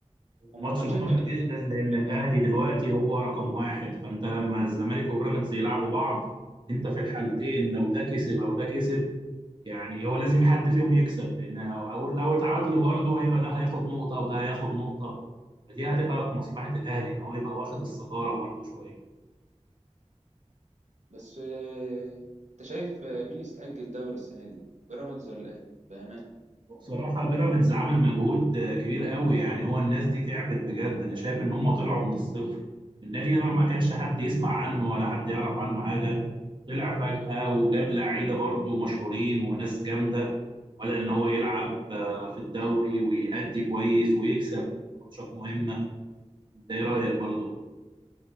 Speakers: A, on the right; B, on the right.
A: هما
B: ماتش
A: الماتشين
B: مهم
A: جامدين
B: جدا
A: بس
B: لان الاهلي دلوقتي هو رقم واحد فانت لما الزمالك وبيراميدز يلعبوا بعض انت في الحالتين لو ده كسب او ده كسب يعني هو لازم حد فيهم يكسب لان لو لو اتعادلوا برضه هيبقى ده هياخد نقطه وده هياخد نقطه فدي هتبقى في مصلحه الاهلي ان هو يبقى واخد الصداره برضه شويه
A: بس اه، انت شايف اه، مين اللي يستحق الدوري السنه دي بيراميدز ولا ايه بامانه
B: بصراحة بيراميدز عمل مجهود كبير قوي يعني هو الناس دي تعبت بجد أنا شايف إن هم طلعوا من الصفر النادي ده ما كانش حد يسمع عنه ولا حد يعرف عنه حاجة طلع فجأة وجاب لعيبة برضو مشهورين وناس جامدة بدأ إن هو يلعب آه، في الدوري ويأدي كويس ويكسب ماتشات مهمة أنت إيه رأيك برضو؟